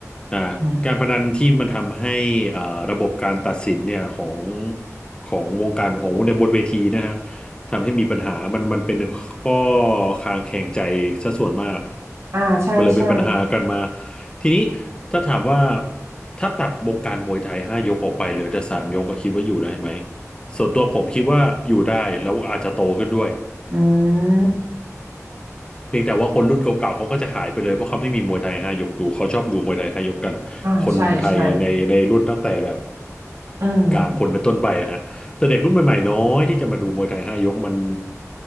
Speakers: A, on the left; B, on the right.
A: อ่าการพนันที่มันทำให้อ่าระบบการตัดสินเนี่ยของ
B: ม
A: ของวงการของในบนเวทีนะฮะทำให้มีปัญหามันมันเป็นข้อคลางแคลงใจซะส่วนมาก
B: อ่าใช่ใช่
A: มันเลยเป็นปัญหากันมาทีนี้ถ้าถามว่าถ้าตัดวงการมวยไทยห้ายกออกไปเหลือแต่สามยกก็คิดว่าอยู่ได้ไหมส่วนตัวผมคิดว่าอยู่ได้แล้วอาจจะโตขึ้นด้วย
B: อืม
A: เพียงแต่ว่าคนรุ่นเก่าๆ เขาก็จะหายไปเลยเพราะเขาไม่มีมวยไทยห้ายกดูเขาชอบดูมวยไทยห้ายกกันคนไทยในในรุ่นตั้งแต่แบบ
B: อ่าใช่ใช่อืม
A: กลางคนเป็นต้นไปอะฮะแต่เด็กรุ่นใหม่ๆน้อยที่จะมาดูมวยไทยห้ายกมัน